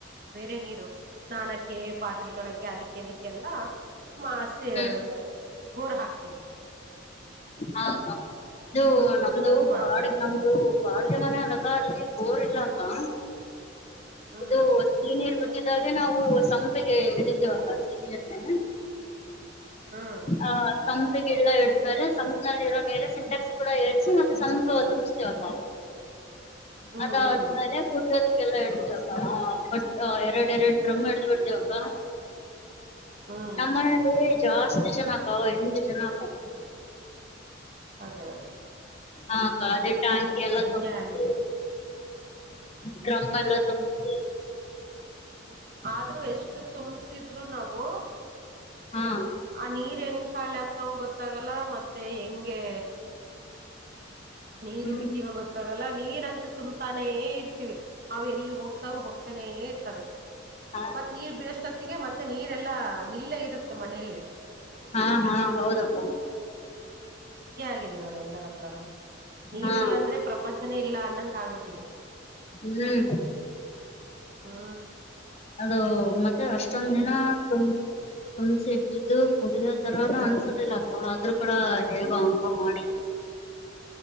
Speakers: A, on the right; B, on the left.
A: ಬೇರೆ ನೀರು ಸ್ನಾನಕ್ಕೆ ಪಾತ್ರೆತೊಳಕ ಅದಕ್ಕೆ ಅದಕ್ಕೆಲ್ಲ ಮಾಸೆ
B: ಹ್ಮ್
A: ಬೊರ್ ಹಾಕ್ತೀವಿ.
B: ಹಾ ಇದು
A: ಹ್ಮ್
B: ನಮ್ದು
A: ಹಂಗ್
B: ಗೋಡಿ
A: ಮಾಡ್ಕೊಂತೀವ್ರಿ
B: ನಮ್ದು ಬಾಡಗೆ ಮನೆ ಅದುಕೆ ಅಲ್ಲಿ ಬೋರ್ ಇಲ್ಲ ಅಕ್ಕ.
A: ಹ್ಮ್
B: ಇದು ಸೀನಿಯರ್ ಬಟ್ಟದ ನಾವು ಸಂಪೆಗೆ ಇಡಿದ್ದೇವಪ್ಪ ಸೀ ರ ನೀರು
A: ಹ್ಮ್
B: ಹ ಸಂ ಗಲ್ಲ ಇಡ್ತಾರಾ ಸಂಪತ್ನಲ್ಲಿ ಇರೋ ನೀರ ಸಿಂಟೆಕ್ಸ್ ಕೂಡ ಏರ್ಸಿ ಮತ್ತೆ ಸಂಪ ತುಂಬ್ತವಪ್ಪ
A: <inaudible> ಹ್ಮ್
B: ಅದ್ಮೇಲ
A: ಹ್ಮ್
B: ಕುಡಿಯದ ಲ್ಲಾ ಇಡ್ತಿವ ಎರಡ್ ಎರಡ್ ಡ್ರಮ ಹಿಡ್ದ ಬಿಡ್ತವಿ ಅಕಾ
A: ಹ್ಮ್
B: ನಮ್ಮ ಮನೇಲಿ ಜಾಸ್ತಿ ಜನ ಆಗಾವ ಎಂಟು ಜನ ಆಗಾವ.
A: ಅದೇ ಅದೇ
B: ಹ ಅದೇ ಟ್ಯಾಂಕ ಎಲ್ಲ
A: ಹಂಗೆ
B: ತುಂಬಸಿ
A: ಆಗಿದೆ
B: ಡ್ರಮ್
A: ಹ್ಮ್
B: ಎಲ್ಲ ತುಂಬಸಿ
A: ಆದ್ರೂ ಎಷ್ಟು ತುಂಬಸಿದ್ರು ನಾವು
B: ಹಾ
A: ಆ ನೀರ ಹೆಂಗ ಖಾಲ ಆಗ್ತಾವ ಗೊತ್ತಾಗಲ್ಲ ಮತ್ತೆ ಹೆಂಗೆ ನೀರ
B: ಹ್ಮ್
A: ಹಿಡತಿವ ಗೊತ್ತಾಗಲ್ಲ ನೀರತು ತುಂಬತಾನೇ ಇರ್ತೀವಿ. ಅವ ಎಲ್ಲಿಗ ಹೋಗ್ತಾವ ಹೋಗ್ತಾನೇ ಇರ್ತವೆ.
B: ಹಾ
A: ಮತ್ತ ನೀರ್ ಬಿಡಷ್ಟೊತ್ತಿಗೆ ಮತ್ತೆ ನೀರೆಲ್ಲಾ ನಿಲ್ಲ ಇರತ್ತೆ ಮನೇಲ್ಲ
B: ಹಾ ಹಾ ಹೌದಪ್ಪ.
A: ಹ್ಮ ಹಂಗೆ ಆಗಿದೆ ನೋಡಿ ಎಲ್ಲರ ಹತ್ರನು ನೀರಿಲ್ಲ
B: ಹಾ
A: ಅಂದ್ರೆ ಪ್ರಪಂಚನೇ ಇಲ್ಲ ಅನ್ನಂಗ ಆಗ್ಬಿಟ್ಟಿದೆ.
B: ಹ್ಮ
A: ಹಾ
B: ಅದು ಮತ್ತೆ ಅಷ್ಟೊಂದ ದಿನ ತು ತುಂಬ್ಸ ಇಟ್ಟಿದ್ದು ಕುಡಿಯೋ ತರನ ಅನ್ಸೋದಿಲ್ಲ. ಆದ್ರೂ ಕೂಡ ಹೇಗ ಅಂಗ
A: ಹ್ಮ್
B: ಮಾಡಿ